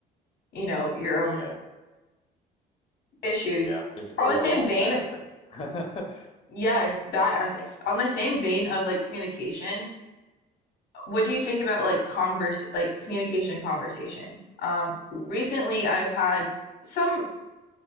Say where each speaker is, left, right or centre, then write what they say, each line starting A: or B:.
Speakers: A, on the left (about 70°); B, on the left (about 35°).
A: you know, your own
B: Yeah.
A: issues.
B: Yeah. Just overall
A: On the same vein,
B: bad ethics. <laughs>
A: yes, bad ethics. On the same vein of like communication, what do you think about like converse like communication conversations? Um, recently I've had some